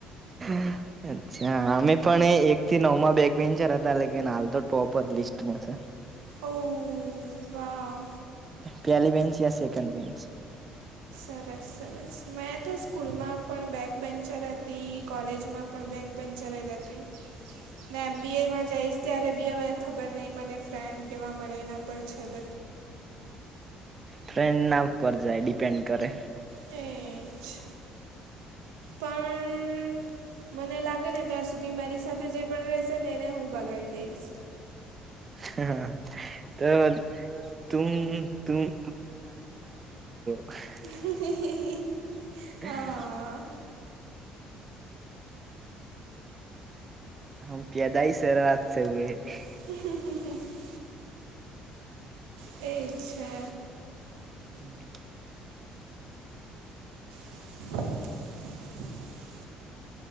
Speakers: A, on the right; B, on the right.
A: <inaudible> અચ્છા, અમે પણ એ એક થી નવમાં બેગ બેન્ચર હતા, લેકિન હાલ તો ટોપ જ લિસ્ટમાં છે.
B: ઓ વાવ.
A: પહેલી બેન્ચ યા સેકન્ડ બેન્ચ.
B: સરસ-સરસ મેં તો સ્કૂલમાં પણ બેગ બેન્ચર હતી. કોલેજમાં પણ બેક બેન્ચર જ હતી ને એમ બી એમાં જઈશ ત્યા બી હવે ખબર નહીં મને ફ્રેન્ડ કેવા મળે એના પર છે, બ
A: ફ્રેન્ડના ઉપર જાય ડિપેન્ડ કરે
B: તે જ પણ મને લાગે ને ત્યાં સુધી મારી સાથે જે પણ રેશે ને એને હું બગાડી દઈશ.
A: હા તો તુમ તુમ <unintelligible>
B: <inaudible>
A: <inaudible>
B: હા
A: <inaudible>
B: <inaudible> તે જ છે.
A: <inaudible>
B: <inaudible>